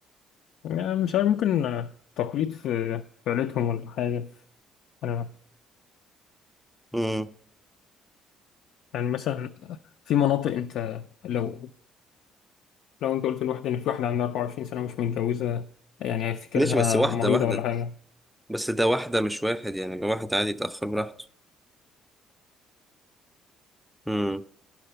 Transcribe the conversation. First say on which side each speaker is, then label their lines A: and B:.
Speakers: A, on the left (about 70°); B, in the centre.
A: يعني مش عارف ممكن آه، تقليد في في عيلتهم ولا حاجة أنا
B: يعني؟
A: يعني مثلا في مناطق أنت لو لو أنت قلت لواحد إن في واحدة عندها 24 سنة ومش متجوزة يعني هيفتكرها
B: ماشي بس واحدة
A: مريضة
B: واحدة
A: ولا حاجة
B: بس ده واحدة مش واحد يعني ده واحد عادي يتأخر براحته امم